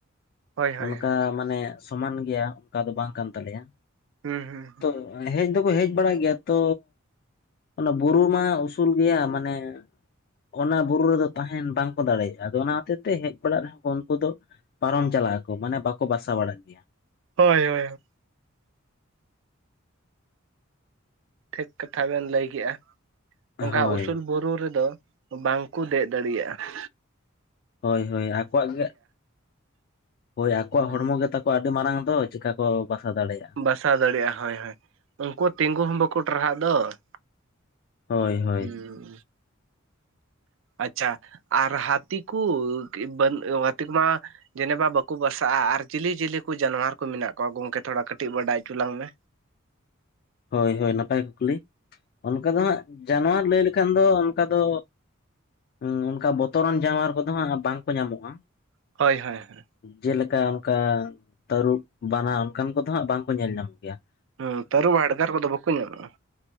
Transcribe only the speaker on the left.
ᱚᱱᱠᱟ
ᱢᱟᱱᱮ ᱥᱚᱢᱟᱱ ᱜᱮᱭᱟ ᱚᱱᱠᱟ ᱫᱚ ᱵᱟᱝ ᱠᱟᱱ ᱛᱟᱞᱮᱭᱟ
ᱛᱚ ᱦᱮᱡ ᱫᱚᱠᱚ ᱦᱮᱡ ᱵᱟᱲᱟᱜ ᱜᱮᱭᱟ ᱛᱚ ᱚᱱᱟ ᱵᱩᱨᱩ ᱢᱟ ᱩᱥᱩᱞ ᱜᱮᱭᱟ, ᱢᱟᱱᱮ ᱚᱱᱟ ᱵᱩᱨᱩ ᱨᱮᱫᱚ ᱛᱟᱦᱮᱱ ᱵᱟᱠᱚ ᱫᱟᱲᱮᱭᱟᱜᱼᱟ ᱟᱫᱚ ᱚᱱᱟ ᱦᱚᱛᱮᱡ ᱛᱮ ᱦᱮᱡ ᱵᱟᱲᱟᱜ ᱨᱮᱦᱚᱸ ᱩᱱᱠᱩ ᱫᱚ ᱯᱟᱨᱚᱢ ᱪᱟᱞᱟᱜ ᱟᱠᱚ ᱢᱟᱱᱮ ᱵᱟᱠᱚ ᱵᱟᱥᱟ ᱵᱟᱲᱟᱜ ᱜᱮᱭᱟ ᱾
ᱦᱳᱭ
ᱦᱳᱭ ᱦᱳᱭ ᱟᱠᱚᱣᱟᱜ ᱜᱮ ᱦᱳᱭ ᱟᱠᱚᱣᱟᱜ
ᱦᱚᱲᱢᱚ ᱜᱮ ᱛᱟᱠ ᱚ ᱟᱹᱰᱤ ᱢᱟᱨᱟᱝ ᱫᱚ ᱪᱤᱠᱟ ᱠᱚ ᱵᱟᱥᱟ ᱫᱟᱲᱮᱭᱟᱜᱼᱟ ᱾
ᱦᱳᱭ ᱦᱳᱭ
<unintelligible>
ᱦᱳᱭ ᱦᱳᱭ ᱱᱟᱯᱟᱭ ᱠᱩᱠᱞᱤ ᱚᱱᱠᱟ ᱫᱚ ᱦᱟᱸᱜ ᱡᱟᱱᱣᱟᱨ ᱞᱟᱹᱭ ᱞᱮᱠᱷᱟᱱ ᱫᱚ ᱚᱱᱠᱟ ᱫᱚ, ᱦᱚᱸ ᱚᱱᱠᱟ ᱵᱚᱛᱚᱨᱟᱱ ᱡᱟᱱᱣᱟᱨ ᱠᱚᱫᱚ ᱦᱟᱸᱜ ᱵᱟᱝᱠᱚ ᱧᱟᱢᱚᱜᱼᱟ ᱾
ᱡᱮᱞᱮᱠᱟ ᱚᱱᱠᱟ ᱛᱟᱹᱨᱩᱵ ᱵᱟᱱᱟ ᱚᱱᱠᱟᱱ ᱠᱚᱫᱚ ᱦᱟᱸᱜ ᱵᱟᱝᱠᱚ ᱧᱮᱞ ᱧᱟᱢ ᱜᱮᱭᱟ ᱾